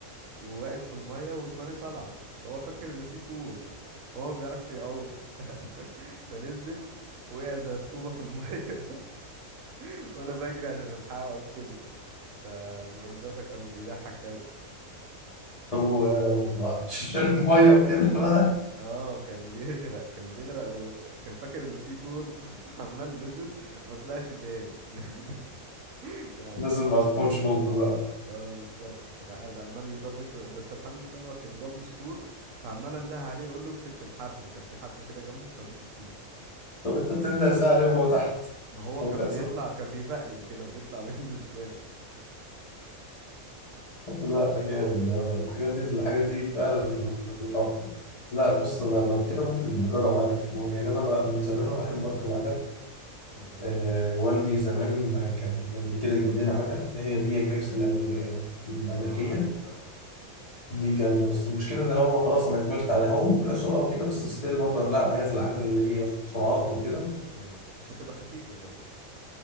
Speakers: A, on the right (about 70°); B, on the left (about 75°).
A: وواقف في الميه ودماغي طالعه فهو فاكر ان في طول هو ما بيعرفش يعوم <laughs> ف... فنزل وقع زي الطوبه في الميه <laughs> وانا بجري عشان الحقه وانقذه فالموضوع ده كان بيضحك قوي
B: هو شال المية وكده <laughs>
A: اه كان بيغرق كان بيغرق وكان فاكر ان في طول <laughs> عمال نزل ما طلعش تاني <laughs> كان عمال
B: نزل
A: بقى
B: مع سبونج
A: ي-
B: بوب بقى
A: اه بالظبط كان قاعد عمال بيضبش شوية بس الحمد لله هو كان جنب السور فعمال انده عليه يقول له امسك في الحبل كان في حبل كده جنبه فمسك فيه
B: طب انت بتنده الساعة ليه وهو تحت
A: ما هو
B: هو
A: كان
B: كان
A: بيطلع
B: صار-
A: كان بيبقلل كده بيطلع <laughs> وينزل تاني
B: <laughs> لا جامد ده الحاجات دي الحاجات دي فعلا بتتوفر لا بص انا لو كده ممكن نجرب عجل في مرة يعني انا بقى من زمان وانا احب اركب عجل
A: خلاص
B: آه
A: ماشي
B: والدي زمان كان قبل كده جاب لنا عجل اللي هي بي ام اكس الامريكيه الامريكيه
A: اه عارفها
B: دي جامده بس المشكله ان هو خلاص انا كبرت عليها هو ممكن اسوقها وكده بس ستيل برضه أنا- لا انا عايز العجل اللي هي سرعات وكده
A: ايوه عشان تبقى خفيفة كمان